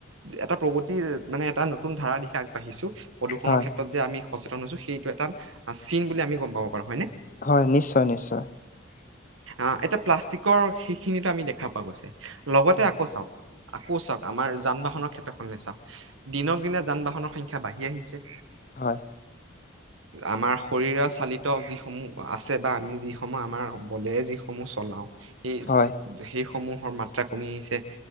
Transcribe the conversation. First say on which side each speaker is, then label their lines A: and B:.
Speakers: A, on the right; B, on the left.
A: এটা প্ৰগতিৰ মানে এটা নতুন ধাৰা দিশে আগবাঢ়িছো। প্ৰদূষণৰ
B: হয়
A: ক্ষেত্ৰত যে আমি। সচেতন হৈছো, সেইটো এটা চীন বুলি আমি গম পাব পাৰো হয়নে?
B: হয়, নিশ্চয়-নিশ্চয়।
A: অ' এটা প্লাষ্টিকৰ সেইখিনিত আমি দেখা পোৱা গৈছে। লগতে
B: হয়
A: আকৌ চাওক। আকৌ চাওঁক, আমাৰ যান-বাহনৰ ক্ষেত্ৰখনলে চাওঁক। দিনক
B: হয়
A: দিনে যান-বাহনৰ সংখ্যা - খ্যা বাই। কি আহিছে।
B: হয়
A: আমাৰ শৰীৰ চালিত যিসমূহ আছে বা আমি যিসমূহ আমাৰ বলেৰে যিসমূহ চলাও। সেই-সেই।
B: হয়
A: সমূহৰ মাত্ৰা কমি আহিছে।